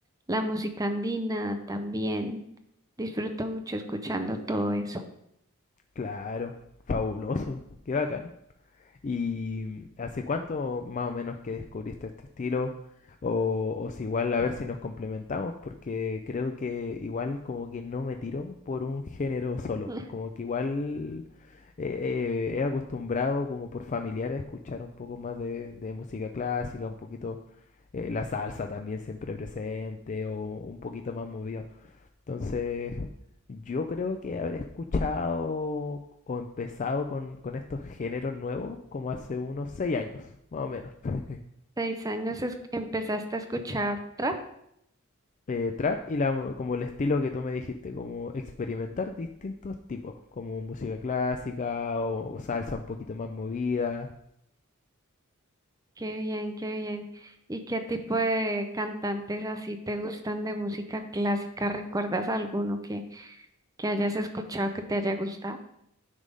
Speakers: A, on the right; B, on the left.
A: la música andina también, disfruto mucho escuchando todo eso.
B: Claro, fabuloso, qué bacán. ¿Y hace cuánto más o menos que descubriste este estilo? O, o si igual a ver si nos complementamos, porque creo que igual como que no me tiro por un género solo,
A: <laughs>
B: como que igual eh, eh, he acostumbrado como por familiares a escuchar un poco más de, de música clásica, un poquito eh, la salsa también siempre presente o un poquito más movido. Entonces, yo creo que habré escuchado o empezado con, con estos géneros nuevos como hace unos seis años, más o menos. <laughs>
A: Seis años es- empezaste a escuchar trap,
B: Eh, trap y la, como el estilo que tú me dijiste, como experimentar distintos tipos, como música clásica o, o salsa un poquito más movida.
A: qué bien, qué bien. ¿Y qué tipo de cantantes así te gustan de música clásica? ¿Recuerdas alguno que, que hayas escuchado que te haya gustado?